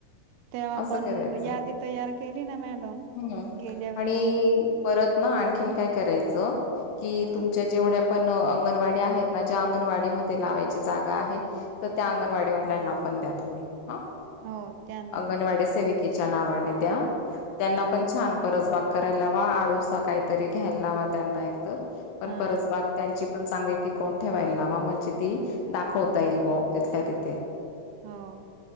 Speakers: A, on the right (about 85°); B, on the left (about 75°).
A: तेव्हा
B: असं
A: पण
B: करायचं,
A: यादी तयार केली ना मॅडम
B: हम्म
A: गेल्या वेळेस
B: आणि
A: तेव्हा
B: परत ना आणखीन काय करायचं की
A: ह
B: तुमच्या जेवढ्या पण अंगणवाडी आहेत ना, ज्या अंगणवाडी मध्ये लावायची जागा आहे तर त्या अंगणवाडीवाल्यांना
A: हो
B: पण द्या तुम्ही. हा
A: हो. त्यांना
B: अंगणवाडी
A: पण देणार
B: सेविकेच्या नावाने
A: हो
B: द्या, त्यांना पण छान परस बा करायला लावा, आडोसा काहीतरी घ्यायला लावा त्यांना एकतर पण
A: हा
B: परसबाग त्यांची पण चांगली टिकवून ठेवायला लावा म्हणजे ती दाखवता येईल ब. तिथल्या तिथे
A: हो.